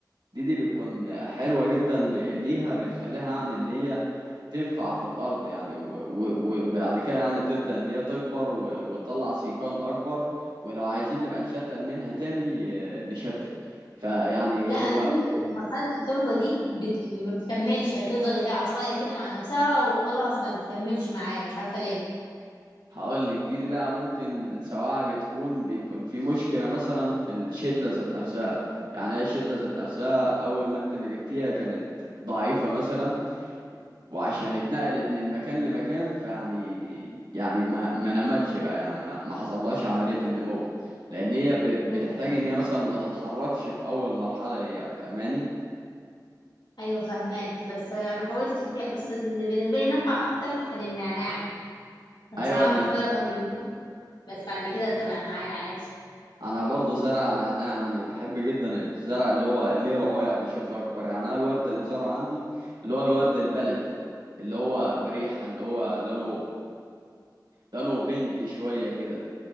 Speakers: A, on the right (about 80°); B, on the left (about 85°).
A: دي دي بتكون حلوة جدا ل- ليها بتخليها عن ان هي تنفع في الأرض يعني و- و- وبعد كده يعني تبدأ إن هي تكبر و- وتطلع سيقان أكبر ولو عايزين نبقى نشتل منها تاني آه، نشتل فيعني
B: لا انا
A: هو
B: عندي مرحله التربه دي بت... ما بتكملش هي بتفضل هي عصايه كده مع نفسها وخلاص ما بتكملش معايا مش عارفه ليه
A: هقول لك دي, دي بقى ممكن سواء بتكون بيكون في مشكلة مثلا في الشتلة ذات نفسها يعني هي الشتلة ذات نفسها أول ما أنت ما جبتيها كانت ضعيفة مثلا وعشان اتنقلت من مكان لمكان فيعني يعني ما ما نمتش بقى يعني ما ما حصلهاش عملية النمو لأن هي ب... بتحتاج
B: ممكن
A: إن هي
B: عارفة.
A: مثلا ما تتحركش في أول مرحلة ليها فاهماني؟
B: ايوه فهماك بس انا حاولت كتير- بس اللي بالنسبه لي نفع اكتر كان النعناع كان
A: أيوة
B: صعب
A: أنا
B: شويه كان بيموت بس بعد كده طلع معايا عادي
A: أنا برضه زرع أنا أنا يعني بحب جدا الزرع اللي هو ليه روايح بشكل أكبر يعني أنا الورد اللي زرعه عندي اللي هو الورد البلدي اللي هو بريحة اللي هو لونه لونه بينك شوية كده